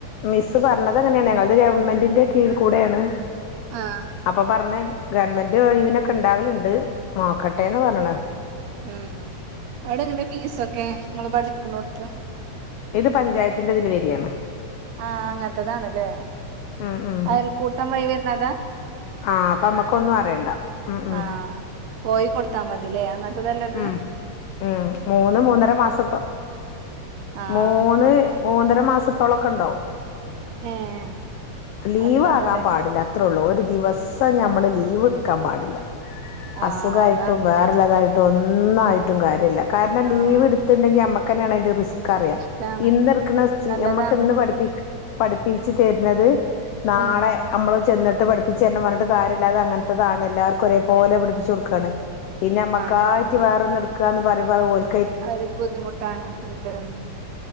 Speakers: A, on the left (about 85°); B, on the right (about 75°).
A: മിസ്സ് പർഞ്ഞതങ്ങനേണ് ഞങ്ങൾത് ഗവൺമെന്റിന്റെ കീഴിക്കൂടേണ്
B: ആഹ്
A: അപ്പ പർഞ്ഞ് ഗവൺമെന്റ് ഒഴിവിനൊക്കെണ്ടാവല്ണ്ട് നോക്കട്ടേന്ന് പർഞ്ഞ്ണ്.
B: ഉം അവ്ടെങ്ങനെ ഫീസൊക്കെ ഇങ്ങള് പഠിക്ക്ണോട്ത്ത്?
A: ഇത് പഞ്ചായത്തിന്റെ തില് വരാണ്.
B: ആഹ് അങ്ങൻത്തതാണ്ലേ
A: ഉം ഉം
B: അയൽകൂട്ടം വഴി വര്ന്നതാ?
A: ആഹ് അപ്പമ്മക്കൊന്നും അറിണ്ട ഉം ഉം
B: ആഹ് പോയി കൊട്ത്താ മതിലേ അങ്ങൻത്തതല്ലേത്?
A: ഉം ഉം മൂന്ന് മൂന്നര മാസത്തെ
B: ആഹ്
A: മൂന്ന് മൂന്നര മാസത്തോളൊക്കെണ്ടാവും
B: ഏഹ്
A: ലീവാകാൻ
B: അത്ര ഉണ്ടല്ലേ
A: പാടില്ല. ത്രൊള്ളു ഒര് ദിവസം ഞമ്മള് ലീവ്ട്ക്കാൻ പാടില്ല
B: ആഹ്
A: അസുഖായിട്ടും
B: അതാണ്
A: വേ ള്ളതായിട്ടും ഒന്നായിട്ടും കാര്യല്ല കാരണം
B: ആഹ്
A: ലീവ്ട്ത്തിണ്ടെങ്കി അമ്മക്കന്നേണ് അയ്ൻ്റെ റിസ് കറിയ
B: ഇഷ്ടാണ്
A: ഇന്ന്ട്ക്ക്ണ സി
B: നല്ലതാണ്
A: നമ്മക്ക്ന്ന് പഠിപ്പി പഠിപ്പിച്ച് തര്ന്നത് നാളെ
B: ഉം
A: ഞമ്മള് ചെന്ന്ട്ട് പഠിപ്പിച്ചെര്ണം പർഞ്ഞ്ട്ട് കാര്യല്ല അതങ്ങൻത്തതാണ് എല്ലാർക്കൊരേ പോലെ പഠിപ്പിച്ചൊട്ക്കാണ്. പിന്നമ്മക്കായിട്ട്
B: ആണ് ആണ്
A: വേറൊന്ന്ട്ക്കാന്ന് പറിമ്പ അതോൽ
B: അതൊരു ബുദ്ധിമുട്ടാണ് ഇണ്ട് ഉം